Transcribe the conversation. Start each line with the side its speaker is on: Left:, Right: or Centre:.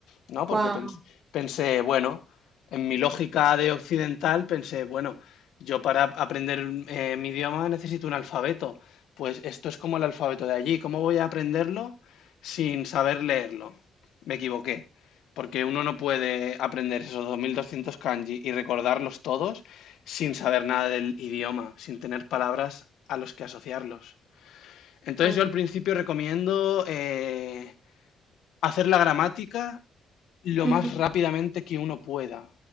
Left: ¿no? Porque
Right: Wow.
Left: pens- pensé, bueno, en mi lógica de occidental, pensé, bueno, yo para aprender eh, mi idioma necesito un alfabeto. Pues esto es como el alfabeto de allí. ¿Cómo voy a aprenderlo sin saber leerlo? Me equivoqué, porque uno no puede aprender esos 2200 kanji y recordarlos todos sin saber nada del idioma, sin tener palabras a los que asociarlos. Entonces
Right: claro.
Left: yo al principio recomiendo eh, hacer la gramática lo
Right: Ujú,
Left: más rápidamente que uno pueda.